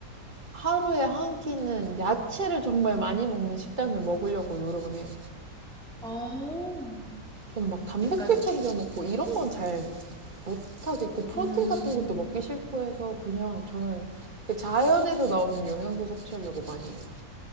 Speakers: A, on the right; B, in the centre.
A: 하루에 한 끼는 야채를 정말 많이 먹는 식단을 먹으려고 노력은 해요.
B: 어,
A: 저는 막 단백질
B: 약간,
A: 챙겨 먹고 이런 건 잘 못하겠고 프로틴
B: 음,
A: 같은 것도 먹기 싫고 해서 그냥 저는 그 자연에서 나오는 영양소 섭취하려고 많이 해요.